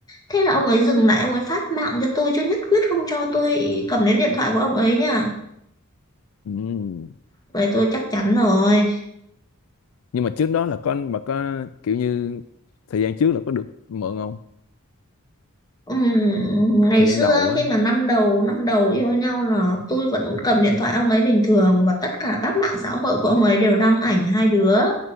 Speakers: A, on the left; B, on the left.
A: thế là ông ấy dừng lại ông ấy phát mạng cho tôi chứ nhất quyết không cho tôi cầm đến điện thoại của ông ấy nha
B: ừ.
A: vậy tôi chắc chắn rồi
B: nhưng mà trước đó là con bà có kiểu như thời gian trước là có được mượn không
A: Ừm, ngày
B: thời
A: xưa
B: gian đầu á
A: khi mà năm đầu năm đầu yêu nhau là tôi vẫn cầm điện thoại ông ấy bình thường và tất cả các mạng xã hội của ông ấy đều đăng ảnh hai đứa